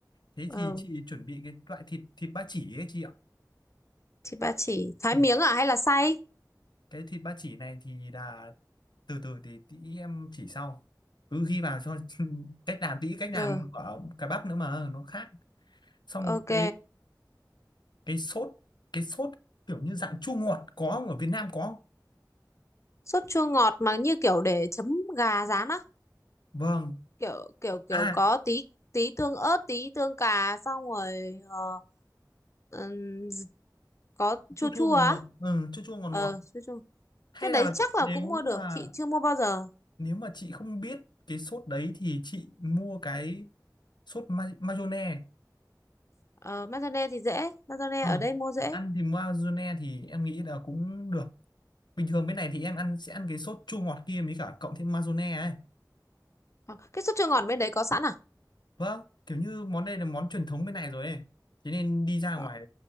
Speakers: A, on the left; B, on the left.
A: thế
B: Ờ,
A: thì chị chuẩn bị cái loại thịt thịt ba chỉ ấy chị ạ
B: thịt ba chỉ thái
A: ừ.
B: miếng à hay là xay?
A: cái thịt ba chỉ này thì là từ từ thì tí em chỉ sau cứ ghi vào cho <laughs> cách làm tí cách làm
B: Ừ,
A: của cà bắp nữa mà nó khác xong
B: ok.
A: cái cái sốt cái sốt kiểu như dạng chua ngọt có không ở Việt Nam có không
B: Sốt chua ngọt mà như kiểu để chấm gà rán á.
A: vâng
B: kiểu kiểu
A: à
B: kiểu có tí tí tương ớt tí tương cà xong rồi ờ, ừm, có chua
A: chua chua
B: chua
A: ngọt
B: á
A: ngọt ừ, chua chua ngọt ngọt
B: ờ chua chua
A: hay
B: cái đấy
A: là
B: chắc là
A: nếu
B: cũng mua được
A: mà
B: chị chưa mua bao giờ
A: nếu mà chị không biết cái sốt đấy thì chị mua cái sốt ma mayonnaise
B: ờ mayonnaise thì dễ mayonnaise
A: ờ,
B: ở đây mua dễ
A: ăn thì mayonnaise thì em nghĩ là cũng được bình thường bên này thì em ăn sẽ ăn cái sốt chua ngọt kia mới cả cộng thêm mayonnaise ấy
B: Ờ, cái sốt chua ngọt bên đấy có sẵn à
A: vâng kiểu như món đây là món truyền thống bên này rồi ấy thế nên đi ra
B: ờ,
A: ngoài